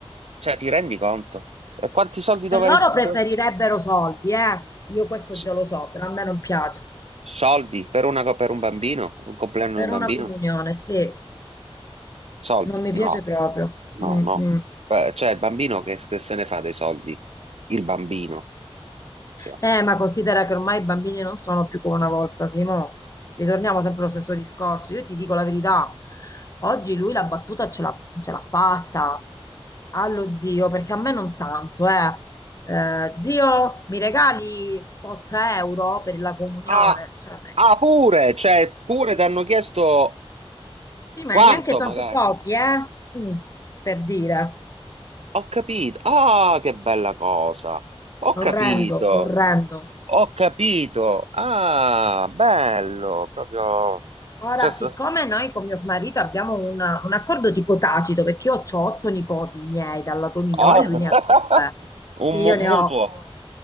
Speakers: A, on the right; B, on the left.
A: Cioè, ti rendi conto? E quanti soldi
B: Cioè,
A: dovresti...
B: loro preferirebbero
A: dovresti-
B: soldi, eh. Io questo
A: s-
B: già lo so, però a me non piace.
A: Soldi per una co- per un bambino? Un compleanno
B: Per
A: di un
B: una
A: bambino?
B: comunione, sì,
A: Soldi?
B: non mi
A: No,
B: piace proprio.
A: no,
B: Mm,
A: no.
B: mm.
A: Eh, Cioè, il bambino che, che se ne fa dei soldi? Il bambino. Sì.
B: Eh, ma considera che ormai i bambini non sono più come una volta, Simo. Ritorniamo sempre allo stesso discorso. Io ti dico la verità, oggi lui la battuta ce l'ha ce l'ha fatta allo zio, perché a me non tanto, eh. Eh, zio, mi regali 8 euro per la comunione?
A: Ah,
B: Cioè,
A: ah, pure, cioè, pure ti hanno chiesto
B: sì, ma
A: quanto
B: è neanche tanto
A: magari.
B: pochi, eh? Mm, per dire.
A: Ho capito. Ah, che bella cosa. Ho capito.
B: Orrendo, orrendo.
A: Ho capito. Ah, bello, proprio.
B: Ora,
A: Cioè, sta-
B: siccome noi con mio marito abbiamo un, un accordo tipo tacito, perché io ho otto nipoti miei dal lato mio
A: oh.
B: e lui ne ha due,
A: <laughs> Un
B: e io
A: mu-
B: ne
A: mutuo.
B: ho otto.